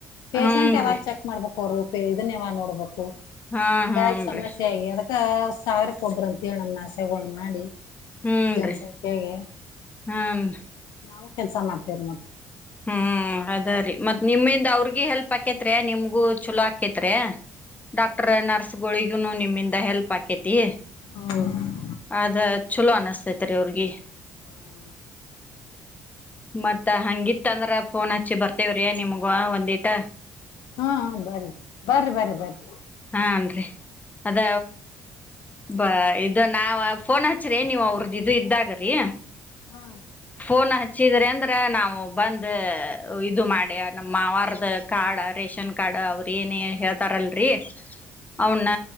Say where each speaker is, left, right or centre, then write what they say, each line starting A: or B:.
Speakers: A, on the left (about 65°); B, on the left (about 20°).
A: ಪೇಶಂಟ್
B: ಹೂನ್ರಿ
A: ಯಾವಾಗ ಚೆಕ್ ಮಾಡ್ಬೇಕು ಅವರು. ಇದನ್ ಯಾವ ನೋಡ್ಬೇಕು?
B: ಹಾ ಹೂನ್ರಿ
A: ಹಗ ಸಮಸ್ಯೆ ಆಗ ಅ ಸಾವಿಕ್ಕ ಒಬ್ಬ್ರ ಅಂತ ಹೇಳಮ್ಮ್ ನಾಶಗಳ ಮಾಡಿ
B: ಹೂನ್ರಿ
A: ಜನಸಂಖ್ಯಾಗೆ
B: ಹಾನ್
A: ನಾವು ಕೆಲ್ಸ ಮಾಡ್ತೇವ ಮತ್ತೆ
B: ಹ್ಮ್ ಅದ ರೀ ಮತ್ ನಿಮ್ಮಿಂದ ಅವ್ರಿಗಿ ಹೆಲ್ಪ್ ಆಕೇತ್ರಿಯ ನಿಮ್ಗೂ ಚಲೋ ಆಕೇತ್. ಡಾಕ್ಟರ್ ನರ್ಸ್ ಸ್ಗಳಿಗುನು ನಿಮ್ಮಿಂದ ಹೆಲ್ಪ್ ಹಾಕೇತಿ.
A: ಹ
B: ಅದ ಚಲೋ ಅನಿಸ್ತ ಅವ್ರಿಗೆ
A: ಹ್ಮ
B: ಮತ್ತ ಹಂಗಿತ್ತ ಅಂದ್ರೆ ಫೋನ್ ಹಚ್ಚಿ ಬರ್ತೇವ್ರೀ ನಿಮಗ ಒಂದಿ ಅಡ
A: ಹಾ ಹಾ ಬರಿ ಬರಿ ಬರ್ರಿ ಬರಿ
B: ಹಾನ್ರಿ ಅದ ಬ ಇದ ನಾವ ಫೋನ್ ಹಚ್ಚ್ರೇ ನೀವ್ ಅವ್ರದ ಇದು ಇದ್ದಾಗರಿ.
A: ಹಾ
B: ಫೋನ್ ಹಚ್ಚಿದ್ರ ಅಂತ ಅಂದ್ರ ನಾವು ಬಂದ ಇದು ಮಾಡಿ ನಮ್ಮವಾರದ ಕಾರ್ಡ್ ರೇಷನ್ ಕಾರ್ಡ್ ಅವ್ರ ಏನ ಹೇಳ್ತಾರಲ್ರರಿ. ಅವನ್ನ